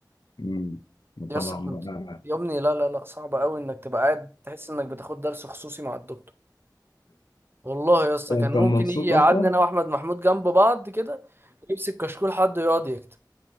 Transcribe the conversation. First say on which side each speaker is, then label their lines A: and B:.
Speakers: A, on the left; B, on the right.
A: أمم.
B: يا
A: طبعا
B: اسطى كنت
A: بقى
B: يا ابني لا لا لا صعب قوي انك تبقى قاعد تحس انك بتاخد درس خصوصي مع الدكتور والله يا اسطى
A: هو
B: كان
A: كان
B: ممكن
A: مبسوط
B: يجي يقعدنا
A: أصلا
B: انا واحمد محمود جنب بعض كده ويمسك كشكول حد ويقعد يكتب